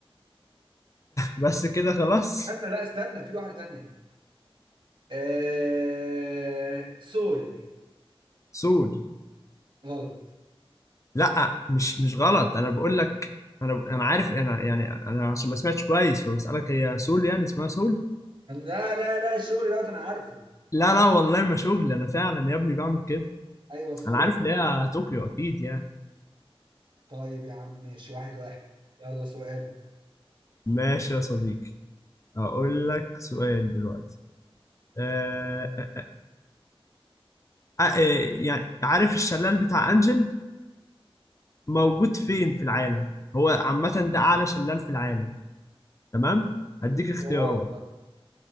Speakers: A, on the left (about 30°); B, on the right (about 55°).
A: بس كده خلاص
B: استنى لا استنى في واحده تانية آه... سول
A: سود
B: غلط
A: لا مش مش غلط انا بقول لك انا انا عارف انا يعني انا عشان ما سمعتش كويس فبسألك هي سول يعني اسمها سول
B: لا لا لا الشغل دوت انا عارفه
A: لا لا والله ما شغل انا فعلا يا ابني بعمل كده
B: ايوه سول
A: انا عارف ان هي طوكيو اكيد يعني
B: طيب يا عم ماشي واحد واحد يلا سؤال
A: ماشي يا صديقي اقول لك سؤال دلوقتي أه أه آه، يعني عارف الشلال بتاع انجل موجود فين في العالم هو عامة ده أعلى شلال في العالم تمام هديك
B: اختيارات
A: اختيارات
B: بقى.